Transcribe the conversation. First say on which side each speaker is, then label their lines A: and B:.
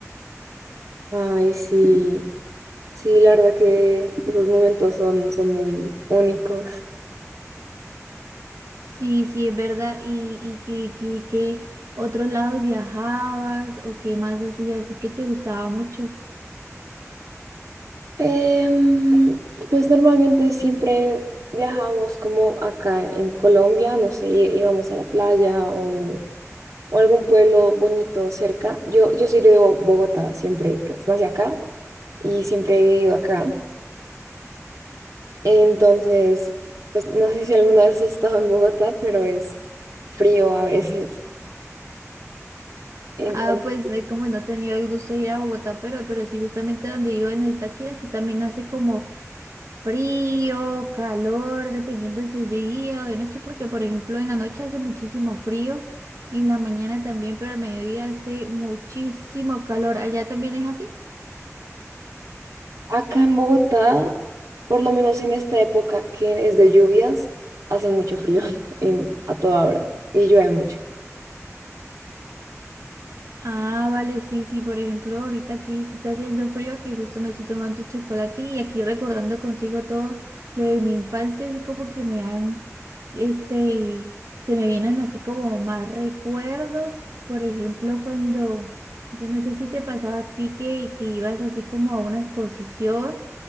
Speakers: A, on the right; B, on the right.
A: Ay, sí, sí, la verdad que esos momentos son, son muy únicos.
B: Sí, sí, es verdad. ¿Y, y qué, qué- qué otros lados viajabas o qué más hacías? Así que te gustaba mucho.
A: Em, pues normalmente siempre viajamos como acá en, en Colombia, no sé, í- íbamos a la playa o, o algún pueblo bonito cerca. Yo, yo soy de Bo- Bogotá, siempre, pues nací acá y siempre he vivido acá. Entonces, pues no sé si alguna vez has estado en Bogotá, pero es frío a veces. Entonces,
B: Ah, pues de como no he tenido el gusto de ir a Bogotá, pero, pero sí, justamente donde vivo en el Táchira, sí también hace como frío, calor, dependiendo si es de día o de noche, porque por ejemplo en la noche hace muchísimo frío y en la mañana también, pero al mediodía hace muchísimo calor. ¿Allá también es así?
A: acá en Bogotá, por lo menos en esta época que es de lluvias, hace mucho frío <laughs> en- a toda hora y llueve mucho.
B: Ah, vale, sí, sí, por ejemplo, ahorita aquí sí está haciendo frío, aquí justo me estoy tomando un chocolate y aquí recordando contigo todo lo de mi infancia, así como que me dan, este, se me vienen así como más recuerdos, por ejemplo, cuando, yo no sé si te pasaba a ti que, que ibas así como a una exposición